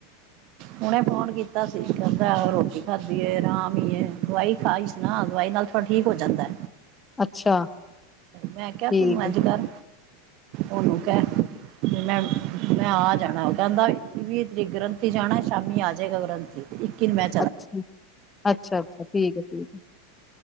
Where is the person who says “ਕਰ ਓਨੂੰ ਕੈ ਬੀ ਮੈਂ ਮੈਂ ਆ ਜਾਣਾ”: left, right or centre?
Right